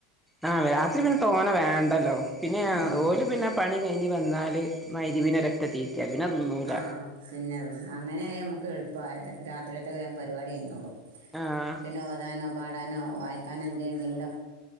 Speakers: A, in the centre; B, on the right.
A: ആഹ് രാത്രി പിന്നെ തോന വേണ്ടല്ലോ പിന്നെ
B: ഉം.
A: ഓല് പിന്നെ പണി കയിഞ് വന്നാല് മയിരിബിന് ഒരൊറ്റ തീറ്റ പിന്നെ തിന്നൂല
B: ആ പിന്നെ അങ്ങനെ ആയ നമുക്ക് എളുപ്പ രാത്രിയത്തെ വേം പരിവാടി കയിഞ്ഞോളും
A: ആഹ്
B: പിന്നെ ഓതാനോ പാടാനോ വായിക്കാനോ എന്തേണ്ടെങ്കില